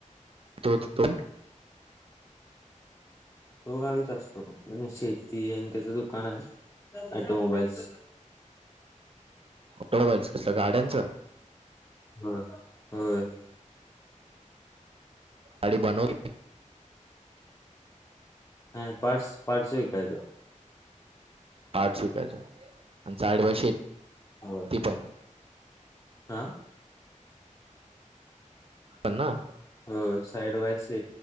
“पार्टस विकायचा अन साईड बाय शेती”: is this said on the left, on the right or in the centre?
Right